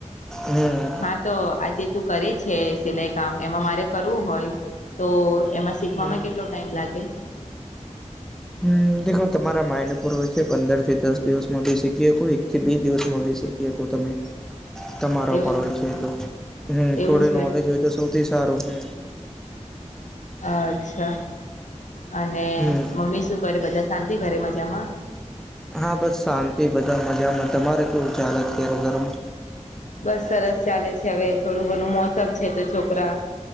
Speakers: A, in the centre; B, on the left.
A: હમ
B: હા. તો આજે તું કરે છે સિલાઈ કામ એમાં મારે કરવું હોય તો એમાં શીખવામાં
A: હમ
B: કેટલો ટાઈમ લાગે.
A: હમ દો તમારા માઇન્ડ પૂર હોય છે પંદર થી દસ દિવસ માં ભી શીખીએ એક થી બે દિવસ માં ભી શીખ તમે તમારા
B: એવું
A: પર હોય છે તો હમ
B: એવું
A: થોડું
B: છે
A: નોલેજ હોય તો. સૌથી સારું હુ.
B: અચ્છા અને
A: હમ
B: મમ્મી શું કરે બધા શાંતિ ઘરે મજામાં?
A: હા બસ શાંતિ બધા મજામાં તમારે કેવું ચાલેત ક્યારે ઘરમાં?
B: ખૂબ જ સરસ ચાલે છે હવે થોડું ઘણું મોસમ છે તો છોકરા